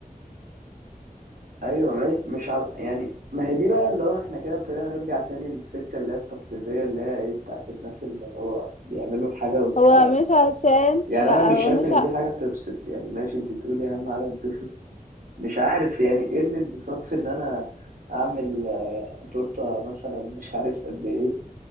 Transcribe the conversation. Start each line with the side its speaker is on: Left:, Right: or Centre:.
Right: أيوة ما هي- مش على يعني ما هي دي بقى اللي هو إحنا كده ابتدينا نرجع تاني للسكة اللي هي التقليدية اللي هي إيه بتاعت الناس اللي هو بيعملوا الحاجة والسلام
Left: هو مش عشان
Right: يعني
Left: لا
Right: انا مش
Left: هو
Right: شايف
Left: مش
Right: ان
Left: ع...
Right: دي حاجه تبسط يعني ماشي انت بتقولي اهم حاجه تبسط مش عارف يعني ايه اللي اتبسط في ان انا اعمل آه، تورته مثلا مش عارف قد ايه